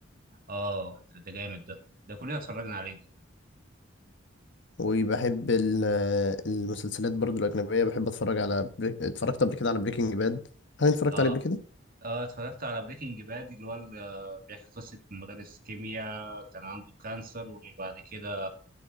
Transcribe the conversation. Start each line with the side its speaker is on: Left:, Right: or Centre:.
Right: اه ده ده جامد ده ده كلنا اتفرجنا عليه
Left: وبحب ال- المسلسلات برضو الأجنبية بحب أتفرج على بريك... اتفرجت قبل كده على بريكنج باد هل أنت اتفرجت
Right: اه
Left: عليه قبل كده؟
Right: اه اتفرجت على بريكنج باد اللي هو ال- آه، بيحكي قصة مدرس كيمياء كان عنده كانسر وبعد كده